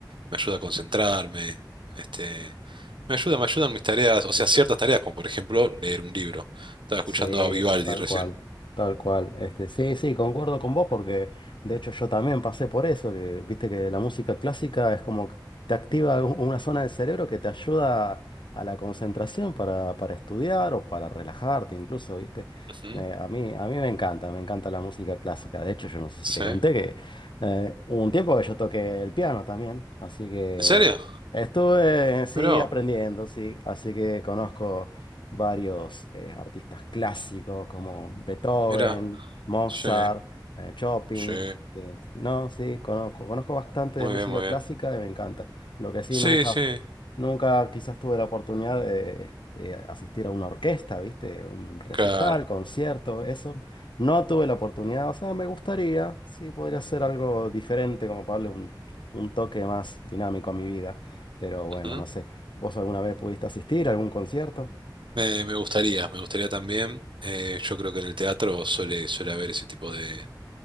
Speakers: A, on the right (about 80°); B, on the left (about 75°).
A: me ayuda a concentrarme, este, me ayuda, me ayudan mis tareas, o sea, ciertas tareas, como por ejemplo leer un libro. Estaba escuchando
B: Sí,
A: a Vivaldi
B: tal
A: recién.
B: cual, tal cual. Este, sí, sí, concuerdo con vos porque de hecho yo también pasé por eso, que viste que la música clásica es como que te activa u- una zona del cerebro que te ayuda a la concentración para, para estudiar o para relajarte incluso, viste.
A: Ujú,
B: Eh, a mí, a mí me encanta, me encanta la música clásica. De hecho, yo no sé
A: Sí.
B: si te conté que eh, hubo un tiempo que yo toqué el piano también, así que
A: ¿En serio?
B: estuve, sí,
A: Mirá.
B: aprendiendo, sí, así que conozco varios eh, artistas clásicos como Beethoven,
A: Mira,
B: Mozart,
A: sí,
B: eh, Chopin.
A: sí,
B: este, no, sí, conozco, conozco bastante
A: muy
B: de música
A: bien, muy
B: clásica
A: bien.
B: y me encanta. Lo que sí,
A: Sí,
B: nunca,
A: sí,
B: nunca quizás tuve la oportunidad de, de asistir a una orquesta, ¿viste? Un recital,
A: claro.
B: concierto, eso. No tuve la oportunidad, o sea, me gustaría, sí, podría ser algo diferente, como para darle un, un toque más dinámico a mi vida. Pero bueno,
A: ujú.
B: no sé. ¿Vos alguna vez pudiste asistir a algún concierto?
A: Me, me gustaría, me gustaría también. Eh, yo creo que en el teatro suele, suele haber ese tipo de,